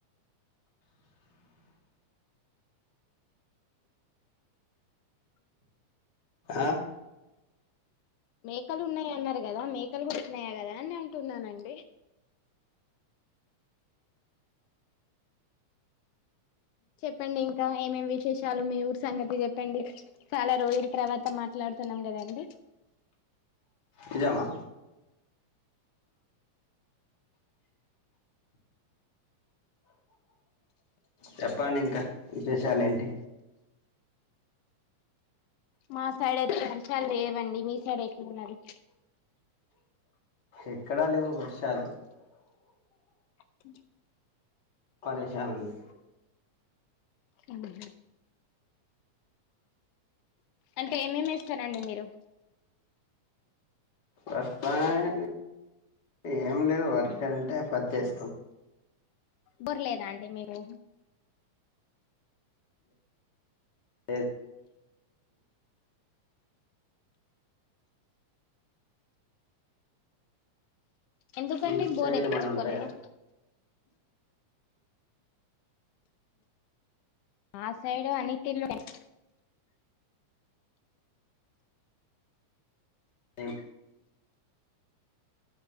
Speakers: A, on the left (about 35°); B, on the left (about 85°).
A: ఆహ్.
B: మేకలు ఉన్నాయన్నారు కదా మేకలు కూడా ఉన్నాయా కదా అని అంటున్నానండి. చెప్పండి ఇంకా ఏమేం విశేషాలు మీ ఊరు సంగతి చెప్పండి చాలా రోజుల తర్వాత మాట్లాడు. తున్నాం కదా అండి.
A: నిజామా. చెప్పండి ఇంకా విశేషాలు ఏంటి.
B: మా సైడ్ అయితే వర్షాలు లేవండి మీ సైడ్ ఎట్లున్నారు.
A: ఎక్కడా లేవు వర్షాలు.
B: ఛ్.
A: పరేశానండి.
B: అవునా. అంటే ఏమేం వేస్తారండి మీరు.
A: వస్తాయి ఏం లేదు వరి చేను అంటే పత్తి వేస్తాం.
B: బర్లేదా అండి మీరు.
A: లేదు
B: ఎందుకండి
A: మీ సైడ్
B: బోర్ ఎప్పించుకోలేదా
A: ఏమైనా ఉంటాయా.
B: ఆహ్ మా సైడు అని తీర్ల ఉంట
A: ఏం.